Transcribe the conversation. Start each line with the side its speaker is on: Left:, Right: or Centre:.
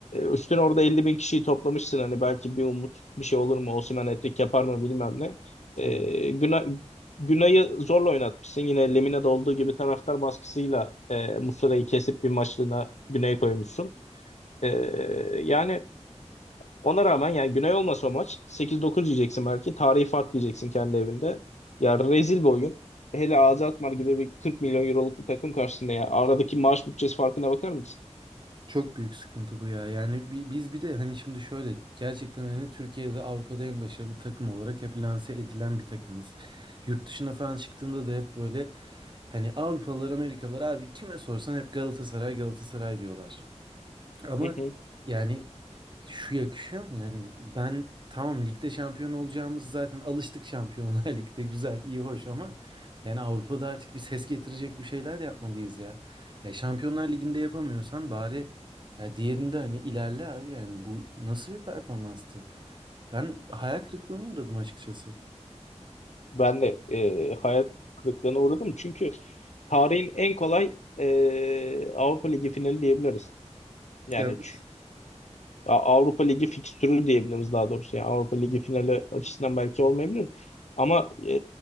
Left: üstüne orada 50 bin kişiyi toplamışsın. Hani belki bir umut bir şey olur mu? Osimhen hat-trick yapar mı bilmem ne.
Right: Tabii.
Left: E, Günay, Günay'ı zorla oynatmışsın. Yine Lemine'de olduğu gibi taraftar baskısıyla e, Muslera'yı kesip bir maçlığına Güney'e koymuşsun. E, yani ona rağmen yani Güney olmasa o maç 8-9 yiyeceksin belki. Tarihi fark yiyeceksin kendi evinde. Ya rezil bir oyun. Hele AZ Alkmaar gibi bir 40 milyon euroluk bir takım karşısında ya. Aradaki maaş bütçesi farkına bakar mısın?
Right: Çok büyük sıkıntı bu ya. Yani bi- biz bir de hani şimdi şöyle gerçekten hani Türkiye'de Avrupa'da en başarılı takım olarak hep lanse edilen bir takımız. Yurt dışına falan çıktığında da hep böyle hani Avrupalılar, Amerikalılar abi kime sorsan hep Galatasaray Galatasaray diyorlar. Ama
Left: Hı hı.
Right: yani şu yakışıyor mu yani? Ben tamam ligde şampiyon olacağımız zaten alıştık Şampiyonlar <laughs> Lig'de güzel, iyi, hoş ama yani Avrupa'da artık bir ses getirecek bir şeyler yapmalıyız ya. E, Şampiyonlar Ligi'nde yapamıyorsan bari ya diğerinde hani ilerle abi yani bu nasıl bir performanstı? Ben hayal kırıklığına uğradım açıkçası.
Left: Ben de e, hayal kırıklığına uğradım. Çünkü tarihin en kolay e, Avrupa Ligi finali diyebiliriz. Yani
Right: Evet.
Left: ç- A- Avrupa Ligi fikstürü diyebiliriz daha doğrusu. Yani Avrupa Ligi finali açısından belki olmayabilir. Ama e,